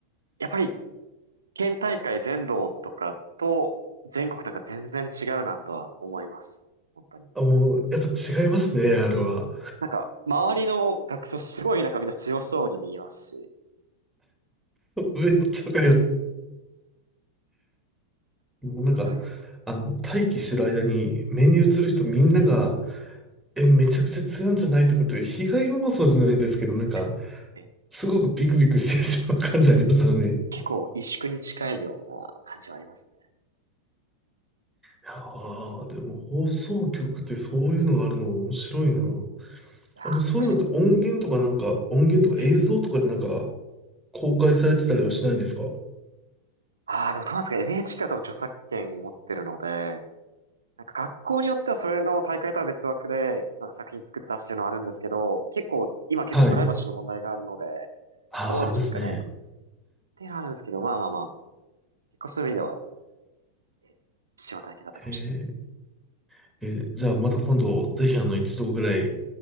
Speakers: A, on the right; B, in the centre.
A: やっぱり県大会全道とかと全国とか全然違うなとは思います。本当に。
B: あ、もう、やっぱ違いますね、あれは。
A: なんか、周りの学生すごいなんかみんな強そうに見えますし、
B: <laughs> めっちゃわかります。もうなんか、
A: なんかそういう意味
B: あの、待機してる間に目に映る人みんなが、え、めちゃくちゃ強いんじゃないとかっていう被害妄想じゃないですけど、なんか、
A: でえ
B: すごくビクビクしてしまう感じありますよね。
A: 結構萎縮に近いような感じはありますね。
B: いやー、でも放送局ってそういうのがあるの面白いな。
A: いやー、
B: あの、そういうのって音源とかなんか、
A: 確かに。
B: 音源とか映像とかでなんか、
A: え、
B: 公開されてたりはしないんですか
A: ああでもどうなんですか ?NHK は多分著作権持ってるので、なんか学校によってはそれの大会とは別枠で、なんか作品作って出してるのはあるんですけど、結構、今結構プライバシーの問題があるので、
B: はい。ああ、
A: どうなんですかね。
B: ありますね。
A: っていうのはあるんですけど、まあまあまあ、結構そういう意味では、え貴重な体験だったかもしれない。
B: えー、え、じゃあまた今度、ぜひあの、一度ぐらい、